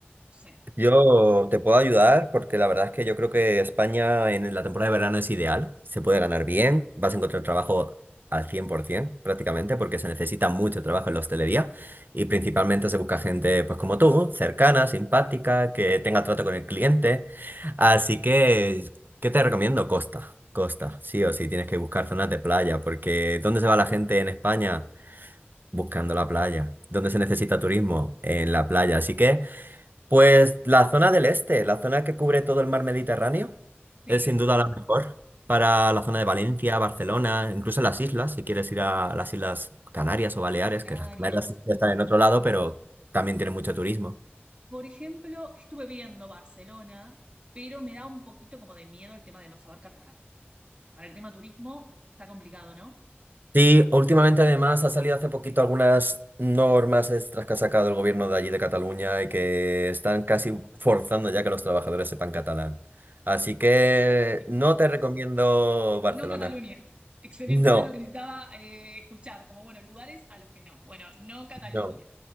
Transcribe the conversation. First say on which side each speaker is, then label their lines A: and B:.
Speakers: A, on the right (about 30°); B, on the right (about 50°).
A: sé,
B: yo te puedo ayudar porque la verdad es que yo creo que España en la temporada de verano es ideal, se puede ganar bien, vas a encontrar trabajo al 100% prácticamente porque se necesita mucho trabajo en la hostelería y principalmente se busca gente pues como tú, cercana, simpática, que tenga trato con el cliente. Así que, ¿qué te recomiendo? Costa, costa, sí o sí, tienes que buscar zonas de playa porque ¿dónde se va la gente en España? Buscando la playa. ¿Dónde se necesita turismo? En la playa. Así que, pues la zona del este, la zona que cubre todo el mar Mediterráneo,
A: sí,
B: es sin duda la mejor para la zona de Valencia, Barcelona, incluso las islas, si quieres
A: Ujú.
B: ir a las Islas Canarias o Baleares,
A: las Canarias.
B: que las Canarias sí que están en otro lado, pero también tienen mucho turismo.
A: Por ejemplo, estuve viendo Barcelona, pero me da un poquito como de miedo el tema de no saber catalán. Para el tema turismo está complicado, ¿no?
B: Sí, últimamente además ha salido hace poquito algunas normas extras que ha sacado el gobierno de allí de Cataluña y que están casi forzando ya que los trabajadores sepan catalán. Así que
A: Listo.
B: no te recomiendo Barcelona.
A: No Cataluña. Excelente,
B: No,
A: era lo que necesitaba eh, escuchar, como bueno, lugares a los que no. Bueno, no Cataluña.
B: no.